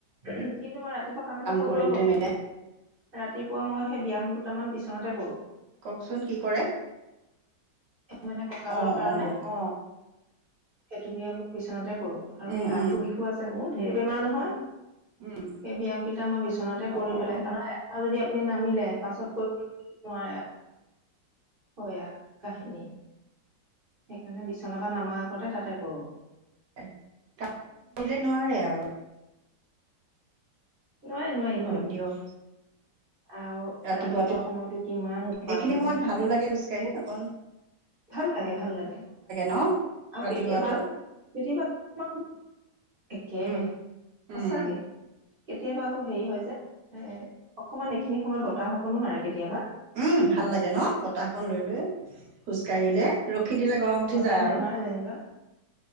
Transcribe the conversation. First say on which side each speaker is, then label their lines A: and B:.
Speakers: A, on the right; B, on the right.
A: কিন্তু মই ৰাতিপুৱা কাম এটা কৰো
B: কৰোতে
A: ৰব
B: মে
A: ৰাতিপুৱা মই সেই ব্যায়াম দুটামান বিচনাতে কৰোঁ।
B: কওকচোন কি কৰে,
A: মানে কঁকালৰ
B: অ',
A: কাৰণে
B: অ', অ'।
A: সেইটো বিয়াম মই বিচনাতে কৰো আৰু
B: উম,
A: সেই আঁঠু
B: উম,
A: বিষো আছে মোৰ, ধেৰ বেমাৰ নহয়।
B: উম,
A: সেই ব্যায়াম কেইটা মই বিচনাতে কৰি
B: অ'।
A: পেলাইহে তাৰমানে এটা যদি আপুনি নামিলে পাছত কৰিব নোৱাৰে। কয়া কাহিনী সেইকাৰণে বিছনাৰ পৰা নামাৰ আগতে তাতে কৰো।
B: <unintelligible> তা পিলে নোৱাৰে আৰু।
A: নোৱাৰি, নোৱাৰি,
B: হয়
A: নোৱাৰি।
B: দিয়ক
A: আও
B: ৰাতিপুৱাতো
A: ৰাতিপুৱা সময়তো কিমান উৎপাত
B: এইখিনি
A: হয়তো।
B: সময়ত ভালো লাগে খোজ কাঢ়ি অকন
A: ভাল লাগে, ভাল লাগে,
B: ন?
A: আও
B: ৰাতিপুৱাতো
A: কেতিয়াবা কেতিয়াবা <unintelligible> একেবে
B: উম,
A: সঁচাকে।
B: উম,
A: কেতিয়াবা আকৌ হেৰি হয় যে, এ অকমান এইখিনি সময়ত বতাহ অকনো মাৰে কেতিয়াবা।
B: উম, ভাল লাগে ন, বতাহ কন লৈ লৈ খোজ কাঢ়িলে। ৰখি দিলে গৰম উঠি
A: সদায়
B: যায় আৰু।
A: নেমাৰে যেনিবা